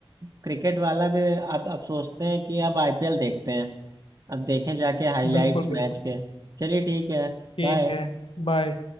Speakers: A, on the right; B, on the left.
A: क्रिकेट वाला भी अब अब सोचते हैं कि अब आईपीएल देखते हैं अब देखें जाके हाइलाइट्स
B: बिल्कुल बिल्कुल
A: मैच के चलिए ठीक है
B: ठीक
A: बाय
B: है बाय